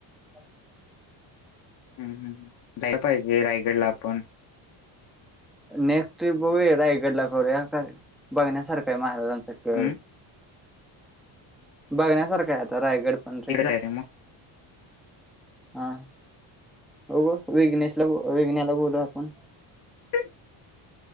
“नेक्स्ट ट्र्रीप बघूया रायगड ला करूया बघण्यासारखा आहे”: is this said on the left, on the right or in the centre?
Centre